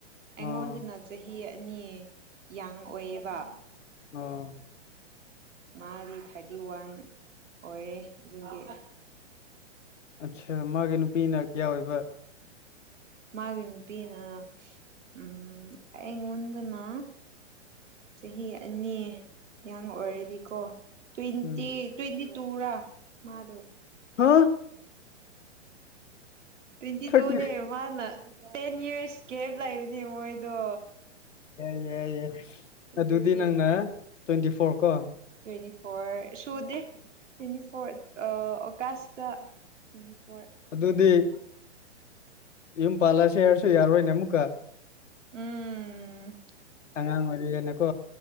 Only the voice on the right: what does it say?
ꯑꯩꯉꯣꯟꯗꯅ
ꯆꯍꯤ ꯑꯅꯤ ꯌꯥꯡ ꯑꯣꯏꯌꯦꯕ
ꯎ ꯃꯥꯗꯤ ꯊꯥꯔꯇꯤ ꯋꯥꯟ ꯑꯣꯏꯔꯦ ꯑꯗꯨꯒꯤ
ꯃꯥꯒꯤ ꯅꯨꯄꯤꯅ ꯎꯝ ꯑꯩꯉꯣꯟꯗꯅ ꯆꯍꯤ ꯑꯅꯤ ꯌꯥꯡ ꯑꯣꯏꯔꯗꯤꯀꯣ ꯇ꯭ꯋꯦꯟꯇꯤ
ꯇ꯭ꯋꯦꯟꯇꯤ ꯇꯨꯔꯥ ꯃꯥꯗꯧ
ꯇ꯭ꯋꯦꯟꯇꯤ
ꯇꯨꯅꯦ ꯃꯅꯥ ꯇꯦꯟ ꯌꯔꯁ ꯒꯦꯞ ꯂꯩꯕꯅꯦ ꯃꯣꯏꯗꯣ
ꯑꯗꯨꯒꯤ
ꯇ꯭ꯋꯦꯟꯇꯤ ꯐꯣꯔ ꯁꯨꯗꯦ ꯇ꯭ꯋꯦꯟꯇꯤ ꯐꯣꯔ ꯑꯣꯒꯁꯇ ꯐꯣꯔ
ꯑꯣꯏꯔꯅꯤ
ꯎꯝ